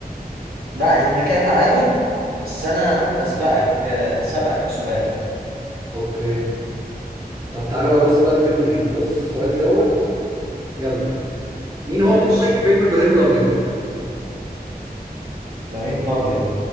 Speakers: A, on the right; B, on the right.
A: لا إحنا كده تعادل بس أنا أسبقك آه، سبقك في سؤال
B: اوكي طب تعالى بقى بص بقى الفيلم يعني بص السؤال دوت يلا مين
A: ماشي
B: هو مخرج فيلم ابراهيم الابيض
A: إبراهيم الأبيض